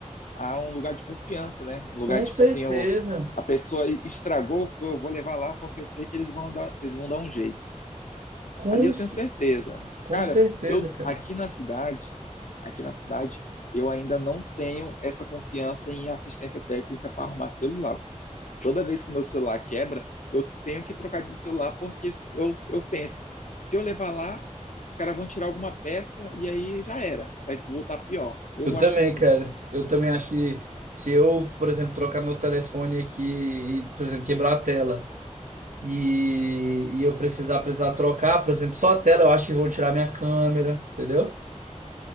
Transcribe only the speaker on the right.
Com certeza.
Com,
ce-
com
certeza,
cara.
Eu também,
cara. Eu também acho que se eu, por exemplo, trocar meu telefone aqui e, por exemplo, quebrar a tela e, e eu precisar, precisar trocar, por exemplo, só a tela, eu acho que vão tirar minha câmera, entendeu?